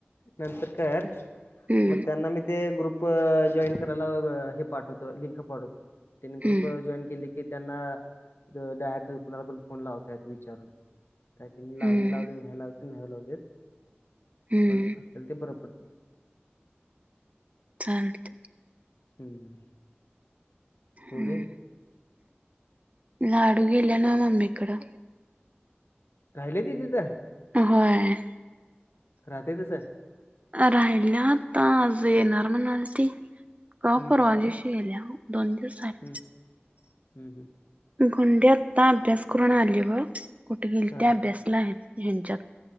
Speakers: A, on the left; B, on the right.
A: नंतर कर
B: हम्म
A: मग त्यांना मी ते ग्रुप ग्रुप जॉईन करायला हे पाठवतो, लिंक पाठवतो. त्यांनी
B: हम्म
A: ग्रुप जॉईन केले की त्यांना तिथं डायरेक्ट कुणाला पण फोन लावता येतो विचारून, काय त्यांनी लावली,
B: हम्म
A: लावली नाही लावली. नाही लावू देत.
B: हम्म
A: पण आपल्याला ते बरं पडतंय.
B: चालतं.
A: हम्म.
B: हम्म,
A: पोरी
B: लाडू गेल्याला मम्मीकडं?
A: राहिले ती तिथं?
B: होय.
A: राहतंय तसं.
B: राहिल्या आता आज येणार म्हणालती. काल
A: हम्म
B: परवा दिवशी गेल्या दोन दिवस झालं.
A: हम् हम्म हम्
B: गुंडी आता अभ्यास करून आली बघ कुठं गेलती
A: हा
B: अभ्यासला हेंच्यात